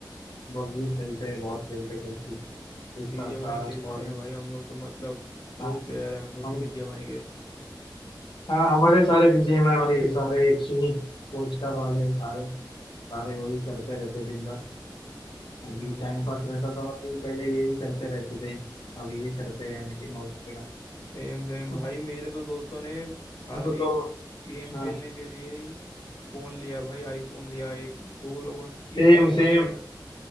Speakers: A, on the left (about 85°); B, on the left (about 65°).
A: बग्गी खेलते हैं बहुत खेलते खेलते हैं। इस
B: बीजीएमआई
A: साथ सारा
B: खेलते
A: स्क्वाड
B: हैं भाई हम लोग तो मतलब प्रो
A: हाँ
B: प्लेयर है हम लोग
A: हम
B: तो बीजीएमआई के
A: हाँ हमारे सारे बीजीएमआई वाले सारे एक सूट पोस्टर वाले सारे सारे वही करते रहते दिन भर अभी
B: हम्म
A: टाइम पास रहता था अभी पहले यही करते रहते थे अभी ये करते हैं मीटिंग वगैरह
B: सेम सेम भाई
A: <laughs>
B: मेरे तो दोस्तों ने खाली
A: हमको तो
B: गेम
A: हाँ
B: खेलने के लिए ही फोन लिया भाई आईफोन लिया एक दो लोगों ने तीन
A: सेम
B: लोगों
A: सेम
B: ने